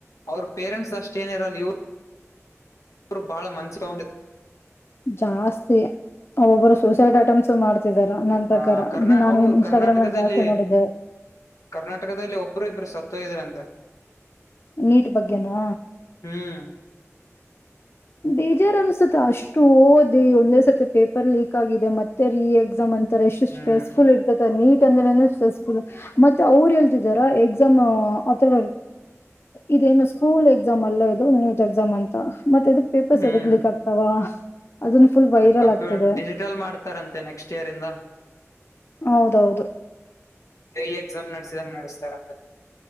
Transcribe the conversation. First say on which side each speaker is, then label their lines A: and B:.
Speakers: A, on the left; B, on the left.
A: ಅವ್ರ ಪೇರೆಂಟ್ಸ್ ಅಷ್ಟೇಏನಿರಲ್ಲ ಇ ಅವರು ಬಾಳ ಮಂಚ್ ತೊಂಡ
B: ಜಾಸ್ತಿ ಒಬ್ಬೊಬ್ಬರು ಸೂಸೈಡ್ ಐಟಮ್ಸ್ ಮಾಡ್ತ ನನ್ನ
A: ಹ
B: ಪ್ರಕಾರ
A: ಕರ್ನಾ
B: ನಾನು
A: ಅವು
B: ಇನ್ಸ್ಟಾಗ್ರಾಮ್
A: ಕರ್ನಾಟಕದಲ್ಲಿ
B: ನಲ್ಲಿ ಜಾಸ್ತಿ ನೋಡಿದ್ದೇೆ
A: ಕರ್ನಾಟಕದಲ್ಲಿ ಒಬ್ಬರು ಇಬ್ರು ಸತ್ತೋ ಇದ್ರಂತೆ
B: ನೀಟ್ ಬಗ್ಗೆನಾ
A: ಹ್ಮ್
B: ಬೇಜಾರ್ ಅನ್ಸುತ್ತ ಅಷ್ಟು ಓದಿ ಒಂದೇ ಸತಿ ಪೇಪರ್ ಲೀಕ್ ಆಗಿದೆ ಮತ್ತೆ ರೀ ಎಕ್ಸಾಮ್ ಅಂತ ಎಷ್ಟು
A: ಹ್ಮ್
B: ಸ್ಟ್ರೆಸ್ಫುಲ್ ಇರ್ತದೆ ನೀಟ್ <unintelligible> ಮತ್ತೆ ಅವರು ಹೇಳ್ತಾರ ಎಕ್ಸಾಮ್ ಆಥರ ಇತ ಇದೇನು ಸ್ಕೂಲ್ ಎಕ್ಸಾಮ್ ಅಲ್ಲ ಇದು ನೀಟ್ ಎಕ್ಸಾಮ್ ಅಂತ ಮತ್ತೆ ಇದಕ್ ಪೇಪರ್ಸ್
A: ಹ್ಮ್
B: ಅದಕ್ ಲೀಕ್ ಆಗ್ತಾವ ಅದನ್ ಫುಲ್ ವೈರಲ್
A: ಕಂಪ್ಯೂ
B: ಆಗ್ತದೆ
A: ಡಿಜಿಟಲ್ ಮಾಡ್ತಾರಂತೆ ನೆಕ್ಸ್ಟ್ ಇಯರ್ ಇಂದ
B: ಹೌದೌದು
A: <unintelligible> ಎಕ್ಸಾಮ್ ನಡ್ಸಿದಂಗ ನಡೆಸ್ತಾರಂತ